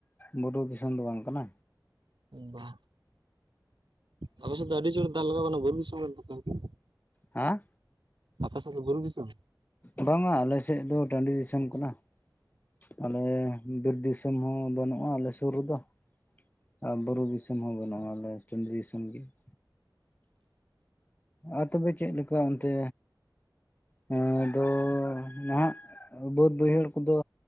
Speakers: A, on the left; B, on the right.
A: ᱵᱩᱨᱩ ᱫᱤᱥᱚᱢ ᱫᱚ ᱵᱟᱝ ᱠᱟᱱᱟ?
B: ᱵᱟ, ᱟᱞᱮ ᱥᱮᱫ ᱫᱚ ᱟᱹᱰᱤ ᱡᱳᱨ ᱫᱟᱜ ᱞᱟᱜᱟᱣ ᱮᱱᱟ ᱵᱤᱨᱩ ᱫᱤᱥᱚᱢ ᱠᱟᱱ ᱛᱟᱯᱮᱭᱟ?
A: ᱦᱮᱸ
B: ᱟᱯᱮ ᱥᱮᱫ ᱫᱚ ᱵᱩᱨᱩ ᱫᱤᱥᱚᱢ?
A: ᱵᱟᱝ-ᱟ ᱟᱞᱮ ᱥᱮᱫ ᱫᱚ ᱴᱟᱺᱰᱤ ᱫᱤᱥᱚᱢ ᱠᱟᱱᱟ ᱾ ᱟᱞᱮ ᱵᱤᱨ ᱫᱤᱥᱚᱢ ᱦᱚᱸ ᱵᱟᱹᱱᱩᱜᱼᱟ, ᱟᱞᱮ ᱥᱩᱨ ᱨᱮᱫᱚ ᱾ ᱟᱨ ᱵᱩᱨᱩ ᱫᱤᱥᱚᱢ ᱦᱚᱸ ᱵᱟᱹᱱᱩᱜᱼᱟ, ᱟᱞᱮ ᱴᱟᱺᱰᱤ ᱫᱤᱥᱚᱢ ᱜᱮ ᱾ ᱟᱨ ᱛᱚᱵᱮ ᱪᱮᱫ ᱞᱮᱠᱟ ᱚᱱᱛᱮ ᱦᱮᱸ, ᱟᱫᱚ ᱱᱟᱦᱟᱜ ᱵᱟᱹᱫᱽ ᱵᱟᱹᱭᱦᱟᱹᱲ ᱠᱚᱫᱚ